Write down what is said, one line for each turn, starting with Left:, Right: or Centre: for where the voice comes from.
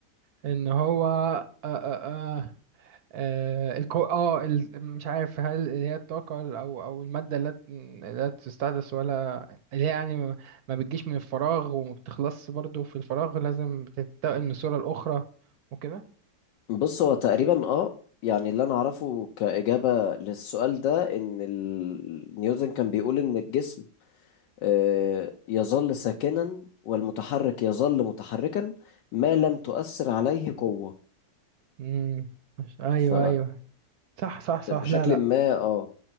Right: إن هو آه آه آه آه الكو... آه ال... مش عارف هل اللي هي الطاقة أو أو المادة اللي لا لا تستحدث ولا اللي هي يعني ما ما بتجيش من الفراغ وما بتخلصش برضو في الفراغ لازم بتنتقل من صورة لأخرى وكده
Left: بص هو تقريبا اه يعني اللي انا اعرفه كإجابة للسؤال ده ان ال- نيوتن كان بيقول ان الجسم آه، يظل ساكنا والمتحرك يظل متحركا ما لم تؤثر عليه قوة
Right: مم. مش أيوه
Left: ف
Right: أيوه صح صح صح
Left: طب بشكل
Right: لا لا
Left: ما اه